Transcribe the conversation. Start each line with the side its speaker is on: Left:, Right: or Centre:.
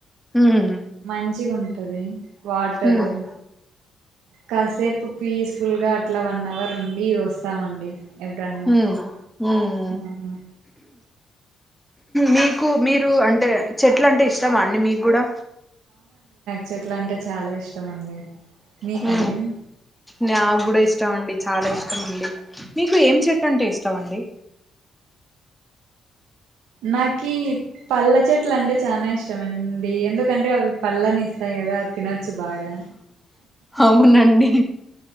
Centre: మ్మ్
Right: మంచిగా ఉం టది వాటరు
Centre: మ్మ్
Right: కాసేపు పీస్ ఫుల్గా అట్లా వన్ అవర్ ఉండి చూస్తామండి ఎప్పుడన్నా
Centre: ఉమ్ ఉమ్
Right: అహా
Centre: మీకు మీరు అంటే చెట్లు అంటే ఇష్టం అ మీకు కూడా
Right: చెట్ల అంటే చాలా ఇష్టం అండి మీకండి
Centre: హ న్యా కూడాడా ఇష్ట ఉండి చాలా ఇష్టం అండి మీ కు ఏం చెట్టు అంటే ఇష్టం అండి
Right: నాకి పల్ల చెట్లు అంటే చాలా ఇష్టమ అండి. ఎందుకంటే అవి పళ్ళని ఇస్తాయి కదా తినొచ్చు బాగా
Centre: అవునండి